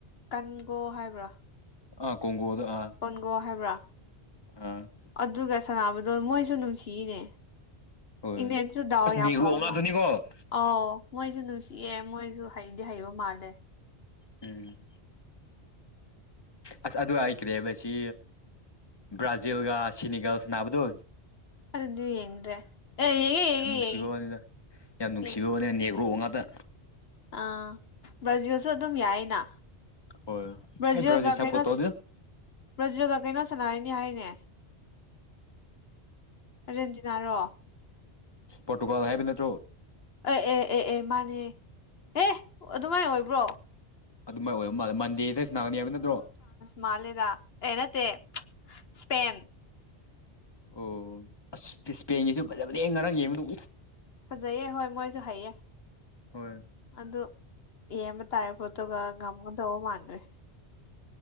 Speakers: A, on the left; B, on the left.
A: ꯀꯟꯒꯣ ꯍꯥꯏꯕ꯭ꯔꯥ
B: ꯑ ꯀꯒꯗ ꯑ
A: ꯀꯣꯟꯒꯣ ꯍꯥꯏꯕ꯭ꯔꯥ
B: ꯑꯝ
A: ꯑꯗꯨꯒ ꯁꯅꯕꯗꯣ ꯃꯣꯏꯁꯨ ꯅꯨꯡꯁꯤꯔꯤꯅꯦ
B: ꯍꯣꯏ
A: ꯏꯅꯦꯁꯨꯗꯑꯣ
B: ꯑꯁ
A: ꯌꯥ
B: ꯅꯦꯒ꯭ꯔꯣ
A: ꯐꯥꯎꯕ
B: ꯉꯥꯛꯇꯅꯤꯀꯣ
A: ꯃꯥ ꯑꯣ ꯃꯣꯏꯁꯨ ꯅꯨꯡꯁꯤꯑꯦ ꯃꯣꯏꯁꯨ ꯍꯩꯗꯤ ꯍꯩꯕ ꯃꯥꯜꯂꯦ
B: ꯎꯝ ꯑꯁ ꯑꯗꯨ ꯍꯥꯏꯈ꯭ꯔꯦꯕ ꯁꯤ ꯕ꯭ꯔꯥꯖꯤꯜꯒ ꯁꯤꯅꯤꯒꯜꯁ ꯅꯥꯕꯗꯣ
A: ꯑꯗꯨꯗꯤ ꯌꯦꯡꯗꯔꯦ ꯑꯦ ꯌꯦꯡꯉꯦ ꯌꯦꯡꯉꯦ
B: ꯌꯥꯝ ꯅꯨꯡꯁꯤꯕ
A: ꯌꯦꯡꯉꯦ
B: ꯋꯥꯅꯤꯗ ꯌꯥꯝ ꯅꯨꯡꯁꯤꯕꯅꯦ
A: ꯌꯦꯡꯉꯦ
B: ꯅꯦꯛꯒ꯭ꯔꯣ ꯉꯥꯛꯇ
A: ꯑꯥ ꯕ꯭ꯔꯥꯖꯤꯜꯁꯨ ꯑꯗꯨꯝ ꯌꯥꯏꯅ
B: ꯍꯣꯏ
A: ꯕ꯭ꯔꯥꯖꯤꯜꯒ
B: ꯑꯩ ꯕ꯭ꯔꯥꯖꯤꯜ ꯁꯞꯄꯣꯔꯠ
A: ꯀꯩꯅꯣ
B: ꯇꯧꯗꯦꯗ
A: ꯕ꯭ꯔꯥꯖꯤꯜꯒ ꯀꯩꯅꯣ ꯁꯥꯟꯅꯔꯅꯤ ꯍꯥꯏꯅꯦ ꯑꯔꯖꯦꯟꯇꯤꯅꯥꯔꯣ
B: ꯄꯣꯔꯇꯨꯒꯜ ꯍꯥꯏꯕꯅꯠꯇꯔꯣ
A: ꯑꯦ ꯑꯦ ꯑꯦ ꯑꯦ ꯃꯥꯅꯦ ꯑꯦꯦ ꯑꯗꯨꯃꯥꯏꯅ ꯑꯣꯏꯕ꯭ꯔꯣ
B: ꯑꯗꯨꯃꯥꯏ ꯑꯣꯏꯕ ꯃꯥꯜꯂꯦ ꯃꯟꯗꯦꯗ ꯁꯥꯅꯒꯅꯤ ꯍꯥꯏꯕ ꯅꯠꯇ꯭ꯔꯣ
A: ꯃꯥꯂꯦꯗ ꯑꯦꯅꯠꯇ ꯁꯄꯦꯟ
B: ꯑꯣ ꯑꯁ ꯏꯁꯄꯦꯟꯒꯤꯁꯨ ꯐꯖꯕꯅꯦ ꯍ ꯉꯔꯥꯡ ꯌꯦꯡꯕꯗ ꯎ
A: ꯐꯖꯩꯌꯦ ꯍꯣꯏ ꯃꯣꯏꯁꯨ ꯍꯩꯌꯦ
B: ꯍꯣꯏ
A: ꯑꯗꯨ ꯌꯦꯡꯕ ꯇꯥꯔ ꯑꯗꯨꯒ ꯉꯝꯒꯗꯧ ꯃꯥꯟꯔꯦ